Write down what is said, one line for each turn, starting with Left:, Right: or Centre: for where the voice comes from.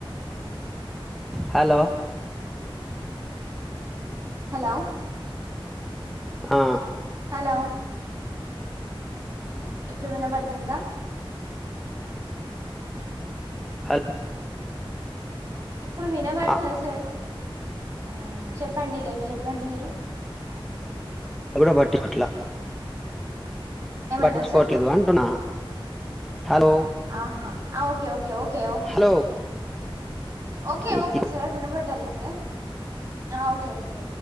Centre: హలో
Right: హలో
Centre: ఆ
Right: హలో ఇప్పుడు వినబడుతుందా?
Centre: హల్
Right: ఇప్పుడు వినబడుతుందా
Centre: ఆ,
Right: సార్? ఆ చెప్పండి ఇక అయితే చెప్పండి మీరు.
Centre: ఎప్పుడూ పట్టి పట్లా
Right: ఏమన్నారు
Centre: పట్టించుకోవట్లేదు
Right: సార్
Centre: అంటున్నా హలో
Right: ఆహా! ఆ okay okay okay
Centre: hello
Right: okay,
Centre: ఈ-
Right: ఓకే సార్ వినబడ్డాది సార్. ఆ ఓకే ఓకే